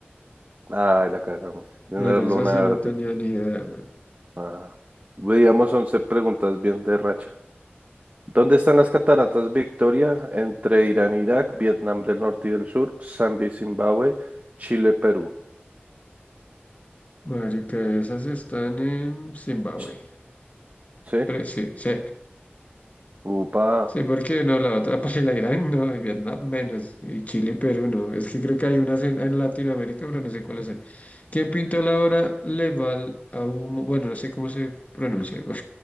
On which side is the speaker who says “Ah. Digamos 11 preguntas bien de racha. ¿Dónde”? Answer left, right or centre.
Right